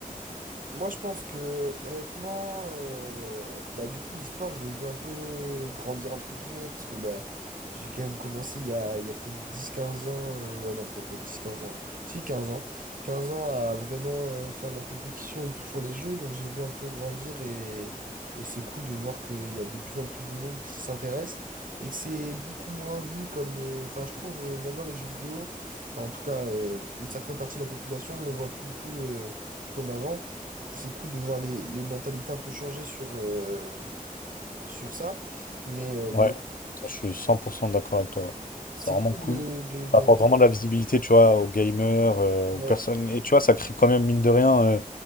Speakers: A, on the right; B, on the left.
A: moi, je pense que, honnêtement, euh, bah, du coup, l'e-sport, je l'ai vu un peu grandir, entre guillemets, parce que bah, j'ai quand même commencé il y a, il y a peut-être dix quinze ans. euh, ouais, non, peut-être pas dix quinze ans. Si, quinze ans. quinze ans à vraiment euh, faire de la compétition et tout sur les jeux. Donc, j'ai vu un peu grandir et, et c'est cool de voir qu'il y a de plus en plus de monde qui s'intéresse et que c'est beaucoup moins vu comme... euh, Enfin, je trouve euh, maintenant les jeux vidéo, enfin en tout cas euh, une certaine partie de la population ne le voit plus du tout euh, comme avant. Du coup, c'est cool de voir les, les mentalités un peu changer sur, euh, sur ça. Mais euh,
B: Ouais, ça, je suis 100% d'accord avec toi.
A: c'est
B: C'est vraiment
A: cool
B: cool.
A: de, de, de
B: Ça apporte
A: voir...
B: vraiment de la visibilité, tu vois, aux gamers, euh, aux
A: Ouais.
B: personnes. Et tu vois, ça crée quand même, mine de rien, euh,